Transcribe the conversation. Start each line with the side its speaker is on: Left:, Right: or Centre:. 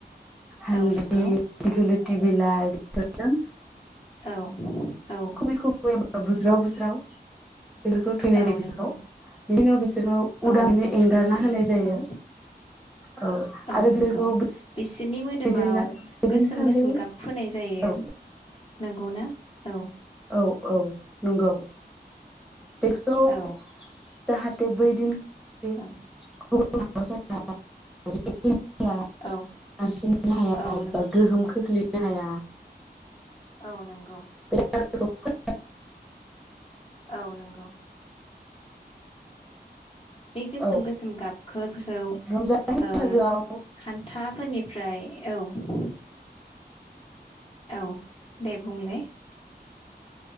Centre: हालदि
Left: औ नंगौ
Centre: दिगिलिथि बिलाइ बेफोरजों
Left: औ औ
Centre: खुबै खुबै बा बुज्राव बुज्राव बेफोरजों थुखैनाय
Left: औ
Centre: जायो बिसोरखौ
Left: नंगौ
Centre: बिनि उनाव बिसोरखौ
Left: औ
Centre: उदाङैनो
Left: नंगौ थुखैनाय
Centre: एंगारना होनाय जायो।
Left: औ
Centre: औ
Left: औ
Centre: आरो
Left: नंगौ
Centre: बिसोरखौ
Left: बिसोरनि मोदोमाव
Centre: बिदिनो बिदिनखालि
Left: गोसोम गोसोम गाब फोननाय जायो
Centre: औ
Left: नंगौना औ
Centre: औ औ नंगौ बेखौ
Left: औ
Centre: जाहाथे बे बैदिन खालि
Left: औ
Centre: गुबुन माबाफोरा जुनारफोरा नारसिननो
Left: औ
Centre: हाया
Left: औ नंगौ
Centre: बा गोहोम खोख्लैनो हाया
Left: औ नंगौ
Centre: दागोखौ फोन
Left: औ नंगौ बे गोसोम
Centre: औ
Left: गोसोम गाबफोरखौ
Centre: रंजानाय बैसागोआव
Left: ओ खान्थाफोरनिफ्राय औ औ दे बुंलाय